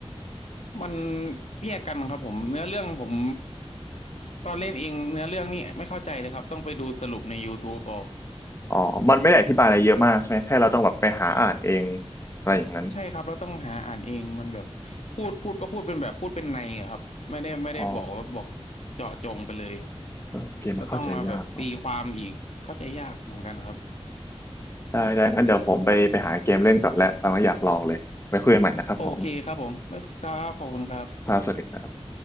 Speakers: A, on the left; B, on the left.
A: มันแยกกันครับผมเนื้อเรื่องผมตอนเล่นเองเนื้อเรื่องนี่ไม่เข้าใจเลยครับต้องไปดูสรุปใน YouTube เอา
B: อ๋อมันไม่ได้อธิบายอะไรเยอะมากใช่ไหมแค่เราต้องแบบไปหาอ่านเองอะไรอย่างนั้น
A: ใช่ใช่ครับเราต้องหาอ่านเองมันแบบพูดพูดก็พูดเป็นแบบพูดเป็นในอะครับไม่ได้ไม่ได้บอกว่าบอกเจาะจงไปเลย
B: อ๋อ เออเกมมันเข้าใจยากเนาะ
A: แล้วต้องมาแบบตีความอีกเข้าใจยากเหมือนกันครับ
B: ได้ได้งั้นเดี๋ยวผมไปไปหาเกมเล่นก่อนแล้วตามมาอยากลองเลยไว้คุยกันใหม่นะครับผม
A: โอเคครับผมไม่ทราบขอบคุณครับ
B: ครับสวัสดีครับ